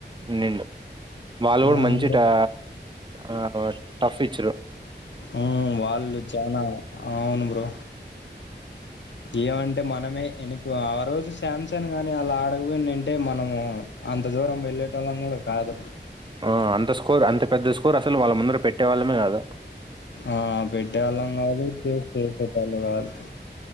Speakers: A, on the right; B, on the left.
A: మేలు బాలవుడ్
B: అవును
A: మంచి
B: బ్రో
A: టా ఆహ్ టఫిచ్చరు
B: ఉ వాళ్ళు చనా అవును బ్రో ఏమంటే మనమే ఎనకు ఆ రోజు శాంసంగ్ గాని అలా ఆడపోయినంటే మనము అంత దూరం వెళ్ళే ట్టలం కూడా కాదు
A: ఆ! అంత స్కోర్ అంత పెద్ద స్కోర్ అసలు వాళ్ళ ముందర పెట్టే వాళ్ళమే కాదా
B: ఆ పెట్టేవాళ్ళం కాదు చే చేసేటళ్ళు కాదు